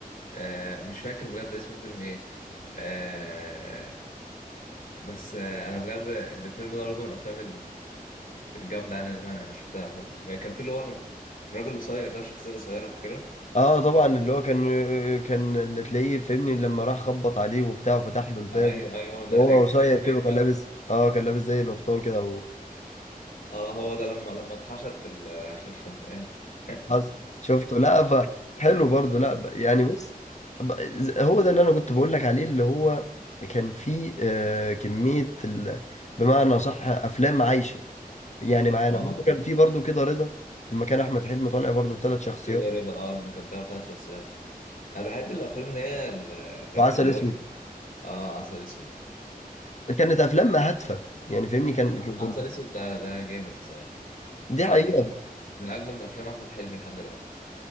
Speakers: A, on the left (about 65°); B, on the left (about 50°).
A: آه، مش فاكر بجد اسم الفيلم ايه آه، بس آه، انا بجد الفيلم ده برضه من الافلام الجامدة يعني اللي أنا شفتها فاهم يعني كان في اللي هو الراجل القصير ده الشخصية القصيرة فاكرها
B: اه طبعا اللي هو كان كان اللي تلاقيه فاهمني لما راح خبط عليه وبتاع وفتح له الباب
A: أيوه أيوه هو
B: وهو
A: ده <laughs> كان
B: قصير
A: اسمه
B: كده
A: إيه
B: وكان
A: بقى؟
B: لابس اه كان لابس زي القفطان كده
A: أه هو ده لما لما اتحشر في ال- في الحمام <laughs>
B: حصل شفته لا ف حلو برضه لا ب- يعني بص ب- ز- هو ده اللي انا كنت بقول لك عليه اللي هو كان فيه آه، كمية ال... بمعنى صح افلام عايشة يعني معانا
A: اه
B: برضه كان فيه برضه كده رضا لما كان احمد حلمي طالع برضه بثلاث شخصيات
A: كده رضا اه لما كان بتاع بتاعت شخصيات انا بحب الافلام اللي هي ال- فاهم
B: وعسل
A: اللي
B: اسود
A: هو اه عسل اسود
B: كانت افلام هادفة يعني فاهمني كان
A: ع- عسل
B: كنت
A: اسود ده ده جامد صراحه
B: دي
A: يعني
B: حقيقة
A: من أجمل من اجمل افلام احمد حلمي لحد دلوقتي